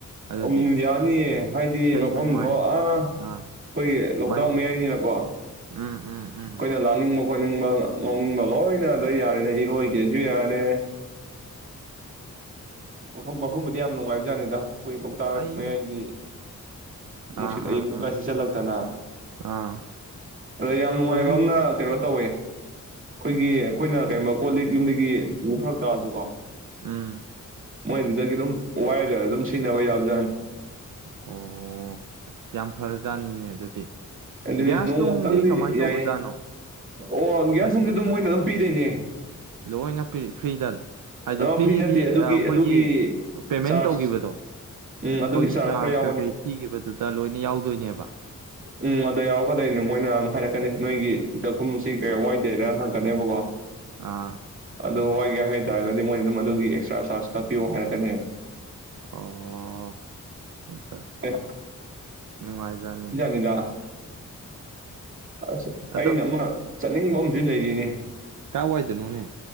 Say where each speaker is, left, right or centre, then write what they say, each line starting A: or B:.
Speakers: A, on the right; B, on the right.
A: ꯑꯗꯨꯗꯤ
B: ꯎꯝ ꯌꯥꯅꯤꯌꯦ ꯍꯥꯏꯗꯤ
A: ꯏꯁꯩ
B: ꯃꯐꯝꯗꯣ
A: ꯅꯣꯡꯃꯥꯏ
B: ꯑ ꯑꯩꯈꯣꯏꯒꯤ
A: ꯑꯥ
B: ꯂꯣꯛꯇꯥꯛ
A: ꯃꯥꯏ
B: ꯃꯌꯥꯏꯅꯤꯅꯀꯣ ꯑꯩꯈꯣꯏꯅ
A: ꯎꯝ ꯎꯝ ꯎꯝ
B: ꯂꯥꯛꯅꯤꯡꯕ ꯈꯣꯠꯅꯤꯡ ꯉꯅꯤꯡꯕ ꯂꯣꯏꯅꯗ ꯌꯥꯔꯦ ꯏꯔꯣꯏꯒꯦꯁꯨ ꯌꯥꯔꯦ ꯃꯐꯝ ꯃꯐꯝꯕꯨꯗꯤ ꯌꯥꯝ ꯅꯨꯡꯉꯥꯏꯕꯖꯥꯠꯅꯤꯗ ꯑꯩꯈꯣꯏ ꯂꯣꯛꯇꯥꯛ
A: ꯑꯩ
B: ꯃꯌꯥꯏꯒꯤ ꯅꯨꯡꯁꯤꯠ
A: ꯑꯥ
B: ꯑꯏꯤꯡꯕ
A: ꯑꯥ ꯑꯥ
B: ꯀꯥꯏꯁꯤ ꯁꯤꯠꯂꯛꯇꯅ
A: ꯑꯥ
B: ꯑꯗ ꯌꯥꯝ ꯅꯨꯡꯉꯥꯏꯕ
A: ꯊꯣꯏꯕꯤ
B: ꯑ ꯑꯃꯅ ꯀꯩꯅꯣ ꯇꯧꯋꯦ ꯑꯩꯈꯣꯏꯒꯤ ꯑꯩꯈꯣꯏꯅ ꯀꯩꯕ ꯀꯣꯜ ꯂꯤꯛ ꯌꯨꯝꯗꯒꯤ ꯃꯛ ꯐꯔꯛ ꯇꯥꯔꯁꯨ ꯀꯣ
A: ꯎꯝ
B: ꯃꯣꯏꯗꯨꯗꯒꯤ ꯑꯗꯨꯝ ꯋꯥꯏꯒ ꯑꯗꯨꯝ ꯁꯤꯖꯤꯟꯅꯕ ꯌꯥꯕꯖꯥꯠꯅꯤ
A: ꯑꯣ ꯑꯁ ꯌꯥꯝ ꯐꯔꯖꯥꯠꯅꯤꯅꯦ ꯑꯗꯨꯗꯤ
B: ꯑꯦ
A: ꯒ꯭ꯌꯥꯁ
B: ꯅꯣꯡꯃ
A: ꯅꯨꯡꯗꯤ
B: ꯀꯪꯗꯤ
A: ꯀꯃꯥꯏꯅ ꯇꯧꯕꯖꯥꯠꯅꯣ
B: ꯌꯥꯏꯌꯦ ꯑꯣ
A: ꯑꯩꯈꯣꯏꯒꯤ
B: ꯒ꯭ꯌꯥꯁ ꯁꯤꯡꯁꯤ ꯑꯗꯨꯝ ꯃꯣꯏꯅ ꯑꯗꯨꯝ ꯄꯗꯅꯦ
A: ꯂꯣꯏꯅ ꯐ꯭ꯔꯤꯗꯜ ꯍꯥꯏꯗꯤ
B: ꯑ
A: ꯐ꯭ꯔꯤꯗꯤ
B: ꯐ꯭ꯔꯤ ꯅꯠꯇꯦ ꯑꯗꯨꯒꯤ
A: ꯑꯩꯈꯣꯏꯒꯤ
B: ꯑꯗꯨꯒꯤ
A: ꯄꯦꯃꯦꯟ
B: ꯆꯥꯔꯖ
A: ꯇꯧꯈꯤꯕꯗꯣ
B: ꯎꯝ
A: ꯑꯩꯈꯣꯏꯒꯤ
B: ꯑꯗꯨꯒꯤ
A: ꯆꯥꯔꯖ
B: ꯈꯔ ꯌꯥꯎꯒꯅꯤ
A: ꯀꯩꯀꯩ ꯊꯤꯈꯤꯕꯗꯨꯗ ꯂꯣꯏꯅ ꯌꯥꯎꯗꯕ ꯕ
B: ꯎꯝ ꯑꯗ ꯌꯥꯎꯔꯛꯀꯗꯣꯏꯅꯦ ꯃꯣꯏꯅ ꯑꯗꯨꯝ ꯍꯥꯏꯔꯛꯀꯅꯤ ꯅꯣꯏꯒꯤ ꯆꯥꯛꯈꯨꯝꯁꯤ ꯀꯩ ꯋꯥꯏꯗꯦꯗꯔꯅ ꯍꯪꯛꯀꯅꯦꯕꯀꯣ
A: ꯑꯥ
B: ꯑꯗꯨ ꯋꯥꯏꯒꯦ ꯍꯥꯏꯇꯥꯥꯔꯒꯗꯤ ꯃꯣꯏꯅ ꯑꯗꯨꯝ ꯑꯗꯨꯒꯤ ꯑꯦꯛꯁꯇ꯭ꯔꯥ ꯆꯥꯔꯖ ꯀꯥꯛꯄꯤꯌꯣ ꯍꯥꯏꯔꯛꯀꯅꯦꯕ
A: ꯑꯣ ꯑꯆꯥ
B: ꯑꯦ
A: ꯅꯨꯡ ꯍꯥꯏꯥꯏꯖꯥꯅꯤ
B: ꯗ ꯑꯁ ꯑꯩꯅ
A: ꯑꯗꯣ
B: ꯑꯃ ꯆꯠꯅꯤꯡꯕ ꯑꯃꯁꯨ ꯂꯩꯔꯤꯅꯤ
A: ꯀꯥꯏ ꯋꯥꯏꯗꯅꯣꯅꯦ